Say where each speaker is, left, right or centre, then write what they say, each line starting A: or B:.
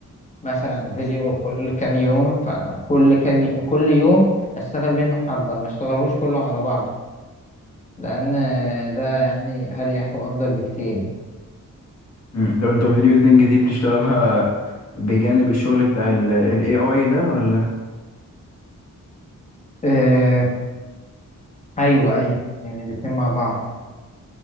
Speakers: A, on the left; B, on the left.
A: مثلا فيديو كل كام يوم فأنا كل كام ي- كل يوم أشتغل منه حبة ما أشتغلهوش كله على بعضه لأن ده يعني أريح وأفضل بكتير
B: مم. طب انت الفيديو اديتنج دي بتشتغلها بجانب الشغل بتاع ال ال AI ده ولا
A: آه أيوه أيوه يعني الاتنين مع بعض